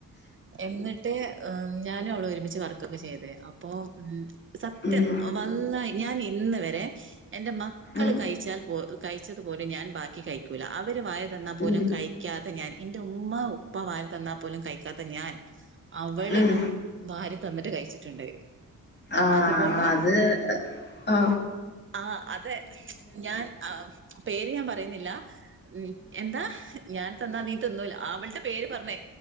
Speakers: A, on the right; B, on the left.
A: എന്നിട്ട് ഉം ഞാനും അവളും ഒരുമിച്ച് വർക്കൊക്കെ ചെയ്ത് അപ്പോ ഉം സത്യം
B: ഉം
A: വള്ളാഹി ഞാൻ എ ഇന്ന് വരെ എന്റെ മക്കള്
B: ഉം
A: കഴിച്ചാൽ പോ കഴിച്ചതുപോലും ഞാൻ ബാക്കി കഴിക്കൂല അവര് വായ തന്നാ പോലും
B: ഉം
A: കഴിക്കാത്ത ഞാൻ ഇന്റെ ഉമ്മ ഉപ്പ വാരി തന്നാ പോലും കഴിക്കാത്ത ഞാൻ അവള്
B: ഉം
A: വാരി തന്നിട്ട് കഴിച്ചിട്ടുണ്ട്
B: ആ
A: അതുപോടോ
B: അത് ആ
A: ആ അതെ ഞാൻ ആ പേര് ഞാൻ പറയുന്നില്ല ഉം എന്താ ഞാൻ തന്നാ നീ തിന്നൂല അവളുടെ പേര് പറഞ്ഞേ